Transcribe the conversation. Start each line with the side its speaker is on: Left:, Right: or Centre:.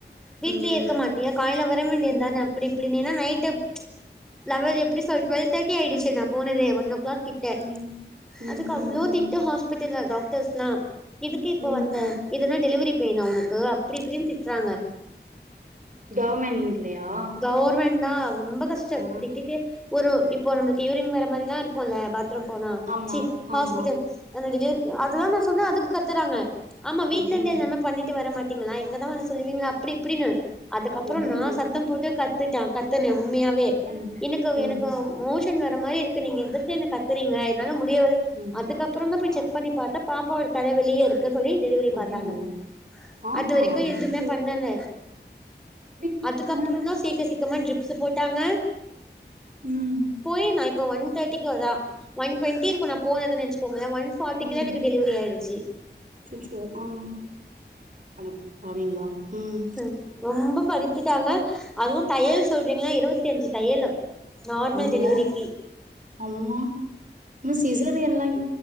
Centre: வீட்டிலேயே
Right: ம்
Centre: இருக்க மாட்டியா காலைல வர வேண்டியந்தானம்
Right: ம்
Centre: இப்டி பிடிந்தின்னா நைட்டு லெவல் எப்டி சொல் டுவெல் தோட்டி ஆயிடுச்சு நா போனதே ஒன் ஓ கிளாக் கிட் ட்ட
Right: ம் ம் ம்
Centre: அதுக்கு
Right: ம்
Centre: அவ்வளோ
Right: ம்
Centre: திட்டு ஹாஸ் பிட்டல்ல டாக்டர்ஸ்லா எதுக்கு இப்போ
Right: ம்
Centre: வந்த
Right: ம்
Centre: இது என்ன டெலிவரி பெய்னா உனக்கு அப்புடி இப்புடின் திட் ச்சாங்க
Right: கவர்மெண்ட்லயா
Centre: கவர்மெண்ட்தா ரொம்ப கஷ் ச்ச
Right: ஆ
Centre: திட்டிட்டே ஒரு இப்போ நம்மளுக்கு யூரின் வர்ற மாரிலா இருக்குல்ல பாத் த்ரூம் போனா
Right: ஆமா
Centre: ச்சி
Right: ஆமா
Centre: ஹாஸ்பிட்டல் அந்த டெலிவரி அதல்லா நா சொன்னா அதுக்கு கத்துறாங்க அம்மா வீட்ல
Right: ஐயயோ
Centre: இருந்து எல்லாமே பண்ணிட்டு வர மாட்டீங்களா இங்கதா வந்து சொல்லுவீங்களா அப்புடி இப்புடின்னு அதுக்கப்பறோ
Right: ஐயயோ
Centre: நா சத்தம் போட்டு கத்துட்டா கத்துன உண்மியாவே
Right: ம்
Centre: எனக்கு
Right: ம்
Centre: எனக்கு மோஷன் வர மாரி இருக்கு நீங்க எதுக்கு என்ன கத்துறீங்க என்னால முடியவே
Right: ம்
Centre: அதுக்கப்புறந்தா போய் செக் பண்ணி பாத்தா பாப்பாவோட தல வெளிய இருக் க்க சொல்லி டெலிவரி
Right: ஐயயோ
Centre: பாத்தாங்க
Right: ஆ
Centre: அது வரைக்கு
Right: ஐயயோ
Centre: எதுவுமே பண்ணல
Right: இப்டி இருக்காங்க
Centre: அதுக்கப்பறந்தா சீக்க சீக்கிறமா ட்ரிப் ப்ஸ் போட்டாங்க
Right: ம்
Centre: போய் நா இப்போ வந் தேர்டிக்கு தா ஒன் டவெண்டி இருக்கு நா போனதுன்னு வச்சுகோங்கலே ஒன் பார்டிகுலா
Right: ம்
Centre: எனக்கு டெலிவரி ஆயிருச்சு
Right: அச்சச்சோ ஆம் அடப்பாவிங்களா ம்
Centre: ம் ரொம்ப படித்திட்டாங்க அதுவும் தையல் சொல்றீங்கள்ல இருவத்தி அஞ்சு தையலு நார்மல்
Right: அம்மா
Centre: டெலிவரிக்கு
Right: அம்மா இன்னு சிசேரியன் எல்லான்